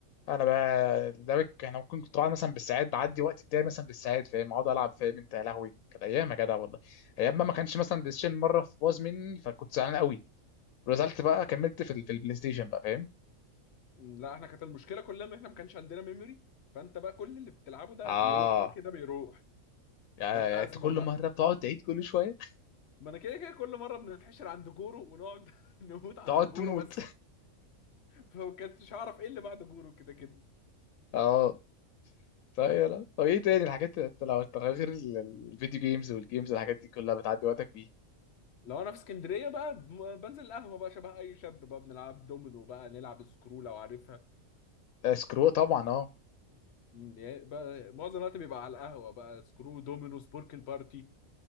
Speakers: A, on the left; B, on the left.
A: انا بقى ده بك انا ممكن كنت قاعد مثلا بالساعات بعدي وقت بتاعي مثلا بالساعات فاهم اقعد العب فاهم انت يا لهوي كانت ايام يا جدع والله ايام ما ما كانش مثلا بلاي ستيشن مره في باظ مني فكنت زعلان قوي نزلت بقى كملت في ال- في البلاي ستيشن بقى فاهم
B: م، لا احنا كانت المشكله كلها ان احنا ما كانش عندنا ميموري فانت بقى كل اللي بتلعبه ده
A: اه
B: بيروح كده كده بيروح
A: يعني
B: كانت ازمه
A: انت كل
B: بقى
A: مره بتقعد تعيد كل شويه
B: ما انا كده كده كل مره بنتحشر عند جورو ونقعد <laughs> نموت عند
A: تقعد
B: جورو
A: تموت
B: بس فما كنتش هعرف ايه اللي بعد جورو كده كده
A: <laughs> اه طيب يلا طب ايه تاني الحاجات اللي انت لو انت غير ال- الفيديو جيمز والجيمز الحاجات دي كلها بتعدي وقتك بيه
B: لو انا في اسكندريه بقى ب- بنزل القهوه بقى شبه اي شاب بقى بنلعب دومينو بقى نلعب سكرو لو عارفها
A: آه، سكرو طبعا اه
B: مم، يعني بقى معظم الوقت بيبقى على القهوه بقى سكرو دومينو سبوركل بارتي